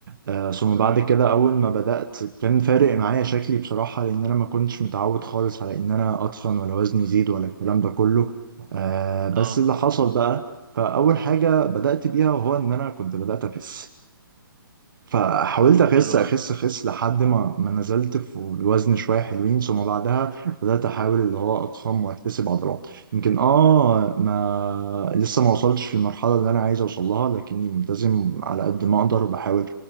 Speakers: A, on the right; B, on the right.
A: آه، ثم
B: امم
A: بعد كده أول ما بدأت كان فارق معايا شكلي بصراحة لأن أنا ما كنتش متعود خالص على إن أنا أتخن ولا وزني يزيد ولا الكلام ده كله آه، بس
B: اه
A: اللي حصل بقى فأول حاجة بدأت بيها وهو إن أنا كنت بدأت أخس فحاولت اخس
B: حلو
A: اخس
B: أوي.
A: اخس لحد ما ما نزلت في الوزن شويه حلوين ثم بعدها بدات احاول اللي هو اضخم واكتسب عضلات يمكن اه ما لسه ما وصلتش للمرحله اللي انا عايز اوصل لها لكني ملتزم على قد ما اقدر وبحاول